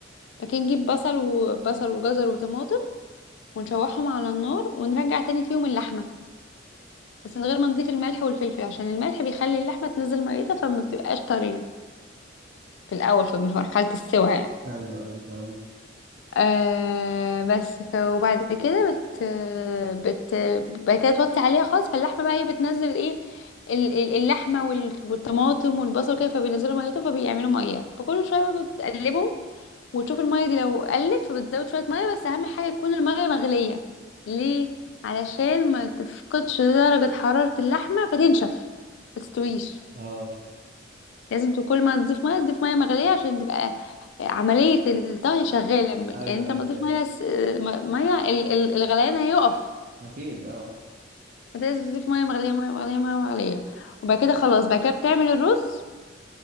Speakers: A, on the left; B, on the right.
A: بعد كده نجيب بصل وبصل وجزر وطماطم ونشوحهم على النار ونرجع تاني فيهم اللحمه بس من غير ما نضيف الملح والفلفل عشان الملح بيخلي اللحمه تنزل ميتها فما بتبقاش طريه في الاول في مرحله السوى يعني
B: ايوه ايوه تمام
A: آه بس ف وبعد كده بت بت بعد كده توطي عليها خالص فاللحمه بقى هي بتنزل ايه ال- ال- اللحمه وال- والطماطم والبصل كده فبينزلوا ميته فبيعملوا ميه فكل شويه بقى بتقلبهم وتشوف الميه دي لو قلت فبتزود شويه ميه بس اهم حاجه تكون الميه مغليه ليه علشان ما تفقدش درجه حراره اللحمه فتنشف ما تستويش
B: اه
A: لازم ت- كل ما تضيف ميه تضيف ميه مغليه عشان تبقى عمليه الطهي شغاله يعني
B: ايوه
A: انت
B: ايوه
A: لما
B: فاهم
A: تضيف ميه س- م- ميه ال- ال- الغليان هيقف
B: اكيد اه
A: انت لازم تضيف ميه مغليه ميه مغليه ميه مغليه وبعد كده خلاص بعد كده بتعمل الرز